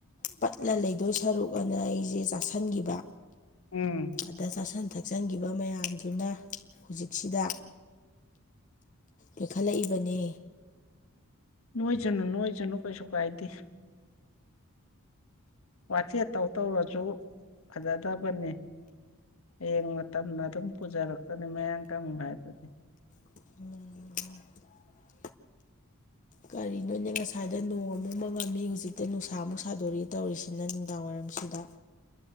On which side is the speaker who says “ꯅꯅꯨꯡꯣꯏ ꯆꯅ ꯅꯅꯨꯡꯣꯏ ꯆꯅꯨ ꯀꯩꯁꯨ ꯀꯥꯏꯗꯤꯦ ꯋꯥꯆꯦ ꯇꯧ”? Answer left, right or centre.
Left